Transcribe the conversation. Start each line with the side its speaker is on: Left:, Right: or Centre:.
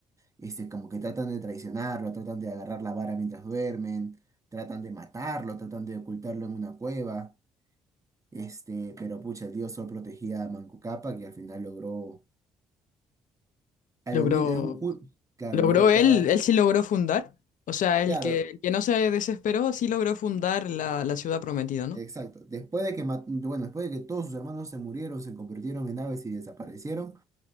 Right: este, como que tratan de traicionarlo, tratan de agarrar la vara mientras duermen, tratan de matarlo, tratan de ocultarlo en una cueva. Este, pero pucha, el dios Sol protegía a Manco Cápac y al final logró. Al
Left: Logró,
Right: momento, en un ju- claro,
Left: logró
Right: logró
Left: él,
Right: clavar.
Left: él sí logró fundar. O sea, el
Right: Claro,
Left: que, el que no se desesperó sí logró fundar la, la ciudad prometida, ¿no?
Right: exacto. Después de que, ma- bueno, después de que todos sus hermanos se murieron, se convirtieron en aves y desaparecieron,